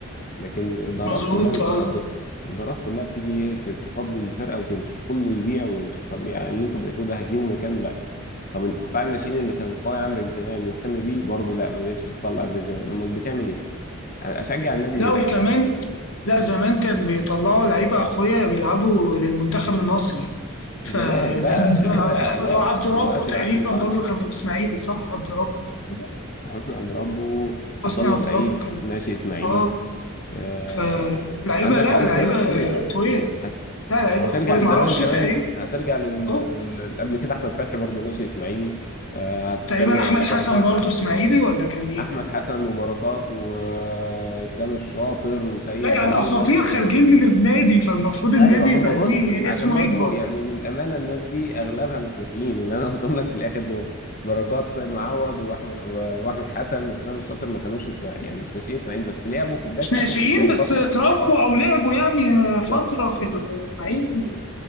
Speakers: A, on the left (about 40°); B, on the left (about 70°).
A: لكن الادارات
B: مظبوط
A: كلها متخبطه
B: اه
A: الادارات كلها بتيجي ايه ت- تفضي الفرقه وتمشي كله يبيع ويمشي طب يعني اللي انتوا بعتوه ده هتجيبوا مكانه لا طب القطاع الناشئين اللي كان قوي عندك زمان مهتم بيه برضه لا ما بقتش بتطلع زي زمان امال بتعمل ايه اشجع النادي
B: لا
A: ليه
B: وكمان
A: <laughs>
B: لا زمان كان بيطلعوا لعيبة أقوياء بيلعبوا للمنتخب المصري فزي
A: زمان بقى
B: مثلا
A: دلوقتي
B: أعتقد
A: خلاص
B: هو عبد ربه
A: دلوقتي
B: تقريبا
A: ما عادش بيطلع
B: برضو كان في الإسماعيلي صح عبد ربه تقريبا
A: حسني عبد ربه عبد
B: حسني
A: الله
B: عبد
A: السعيد
B: ربه كان
A: ناشئ اسماعيلي
B: اه
A: آه
B: فلعيبة
A: عندك
B: لا
A: عندك
B: لعيبة
A: ناس كتير
B: قوية
A: هت
B: لا لعيبة
A: هترجع
B: قوية
A: لزمان
B: معرفش
A: كمان
B: تقريبا
A: هترجع لل...
B: اه
A: لل- قبل كده احمد فتحي برضه ناشئ اسماعيلي آه، هتتكلم
B: تقريبا أحمد
A: على
B: حسن
A: بركات
B: برضو إسماعيلي ولا كان إيه؟
A: احمد حسن وبركات واسلام الشاطر وسيد
B: لا يعني
A: معوض
B: أساطير خارجين من النادي فالمفروض النادي
A: ايوه هم
B: يبقى
A: بص
B: ليه
A: عشان
B: اسمه
A: برضه
B: يكبر
A: يعني للامانه الناس دي اغلبها مش ناشئين اللي انا قلتهم لك في الاخر دول بركات سيد معوض واحمد و- واحمد حسن واسلام الشاطر ما كانوش اسمع يعني مش ناشئين اسماعيلي بس لعبوا في بدايه حياتهم
B: ناشئين
A: في الاسماعيلي
B: بس
A: فتره
B: اتربوا او لعبوا يعني
A: بالظبط
B: فتره في
A: بالظبط
B: الاسماعيلي
A: بالظبط